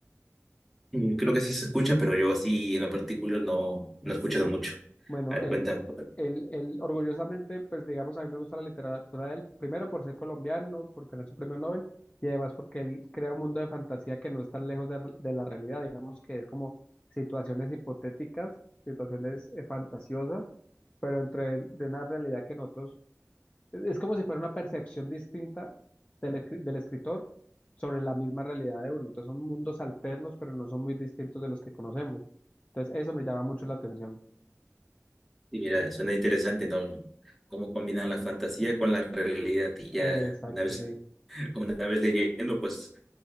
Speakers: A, in the centre; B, on the left.
A: Mm, Creo que sí se escucha, pero yo así en lo particular no, no he escuchado mucho.
B: Bueno,
A: A ver,
B: él,
A: cuéntame.
B: él, él, orgullosamente, pues digamos, a mí me gusta la literatura de él, primero por ser colombiano, por tener su premio Nobel, y además porque él crea un mundo de fantasía que no es tan lejos de, de la realidad, digamos que es como situaciones hipotéticas, situaciones eh, fantasiosas, pero dentro de, de una realidad que nosotros, es, es como si fuera una percepción distinta del, escri- del escritor sobre la misma realidad de uno, entonces son mundos alternos, pero no son muy distintos de los que conocemos, entonces eso me llama mucho la atención.
A: Y mira, suena interesante, ¿no? Cómo combinan la fantasía con la realidad y ya
B: Eh, Exacto,
A: una vez,
B: sí.
A: <laughs> una vez leyendo, pues